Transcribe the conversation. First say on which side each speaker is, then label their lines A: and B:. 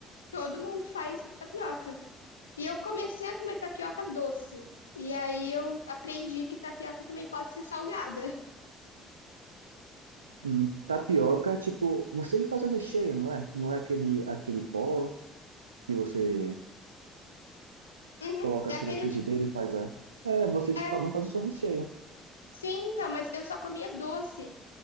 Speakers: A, on the left (about 85°); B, on the right (about 85°).
A: Todo mundo faz tapioca. E eu comecei a comer tapioca doce. E aí eu aprendi que tapioca também pode ser salgada. <laughs>
B: Hum, tapioca, tipo, você que faz o recheio, não é? Não é aquele, aquele pó que você
A: Uhum.
B: coloca
A: É
B: assim
A: aquele.
B: na frigideira e faz a. É, você, tipo,
A: É,
B: cada um faz o seu recheio.
A: sim, então, mas eu só comia doce.